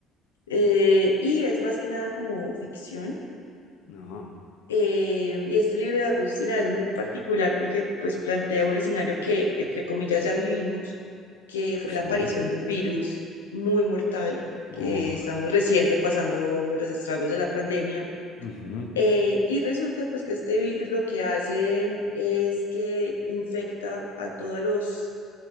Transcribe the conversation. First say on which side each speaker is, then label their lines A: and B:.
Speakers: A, on the left; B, on the left.
A: Eh, y es más que nada como ficción.
B: No,
A: Eh, y este libro de Agustina es muy particular porque pues plantea un escenario que, entre comillas, ya vivimos, que fue
B: sí.
A: la aparición de un virus muy mortal,
B: Uf.
A: que estamos reciente pasando los estragos de la pandemia.
B: Ujú.
A: Eh, y resulta pues que este virus lo que hace es que infecta a todos los